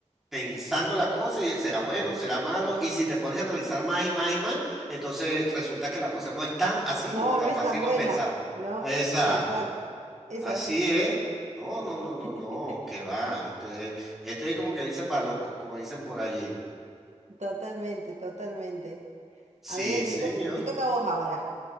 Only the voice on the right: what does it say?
No,
no es
tan buena.
No,
tal cual. Es
así.
<laughs>
Totalmente, totalmente.
A ver, me
toc- te toca a vos ahora.